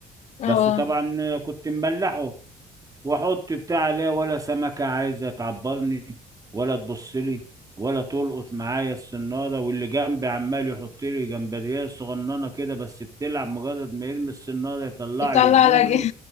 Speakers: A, on the left; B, on the right.
A: اه
B: بس طبعا كنت مملحه واحط بتاع لا ولا سمكة عايزة تعبرني ولا تبص لي ولا تلقط معايا الصنارة واللي جنبي عمال يحط لي جمبريه صغننة كده بس بتلعب مجرد ما يرمي الصنارة يطلع
A: يطلع
B: لي بوري
A: لك <laughs>